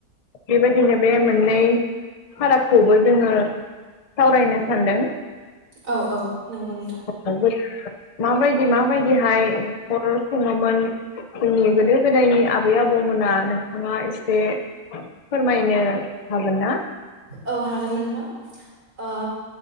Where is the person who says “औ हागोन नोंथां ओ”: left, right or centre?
Right